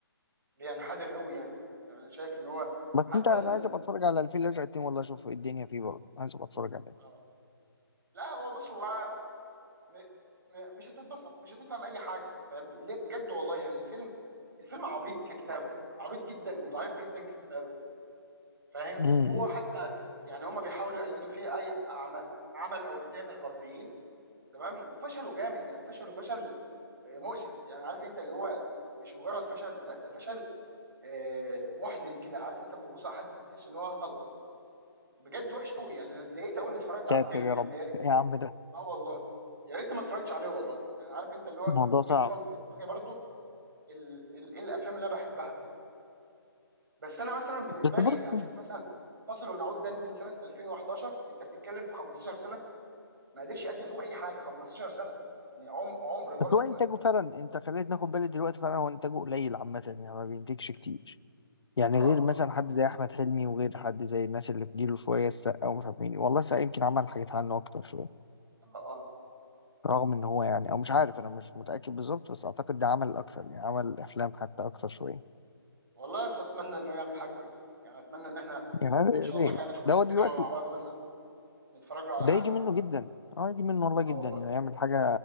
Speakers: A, on the right; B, on the left.
A: بينحدر قوي يعني يعني أنا شايف ان هو
B: بس
A: حتى
B: انت انا عايز ابقى اتفرج على الفيل الازرق اتنين والله اشوف إيه الدنيا فيه برضه عايز ابقى اتفرج عليه
A: اه لا هو بص هو م... م... مش هتتبسط مش هتفهم اي حاجه فاهم ليه بجد والله يعني فيلم الفيلم عبيط ككتابه عبيط جدا وضعيف جدا ككتابه فاهم
B: <laughs> أمم.
A: وهو حتى يعني هما بيحاولوا يقلدوا فيه اي أعم- عمل او اتنين غربيين تمام وفشلوا جامد يعني فشلوا فشل آه، مؤسف يعني عارف انت اللي هو مش مجرد فشل لا ده فشل آه، محزن كده عارف انت لما تبص على حد تحس ان هو هطل بجد وحش قوي يعني انا اتضايقت قوي اني اتفرجت على
B: ساتر
A: الفيلم
B: يا
A: يعني
B: رب يا عم ده
A: اه والله يا ريتني ما اتفرجتش عليه والله يعني عارف انت اللي هو
B: الموضوع صعب
A: يفضل في دماغي برضو ال... ال... ايه الافلام اللي انا بحبها بس انا مثلا بالنسبه
B: بس
A: لي
B: برضه
A: يعني شوف مثلا فاصل ونعود ده نزل سنه 2011 انت بتتكلم في 15 سنه ما قدرش يقدم فيهم اي حاجه 15 سنه يعني عم... عمر برضو
B: بس هو انتاجه
A: ما قد-
B: فعلا انت خليت ناخد بالي دلوقتي فعلا هو انتاجه قليل عامة يعني ما بينتجش كتير يعني
A: اه
B: غير مثلا حد زي احمد حلمي وغير حد زي الناس اللي في جيله شوية السقا ومش عارف مين والله السقا يمكن عمل حاجات عنه اكتر شوية
A: اه اه
B: رغم ان هو يعني او مش عارف انا مش متاكد بالظبط بس اعتقد ده عمل اكتر يعني عمل افلام حتى اكتر شويه
A: والله بس اتمنى انه يعمل حاجه كويسه يعني اتمنى ان احنا
B: يعني
A: ان شاء
B: يا
A: الله
B: ريت
A: كده ندخل
B: ده
A: السينما
B: هو دلوقتي
A: مع بعض مثلا نتفرج له على
B: ده
A: حاجه
B: يجي منه جدا اه يجي منه والله
A: اه
B: جدا
A: والله
B: يعني يعمل حاجه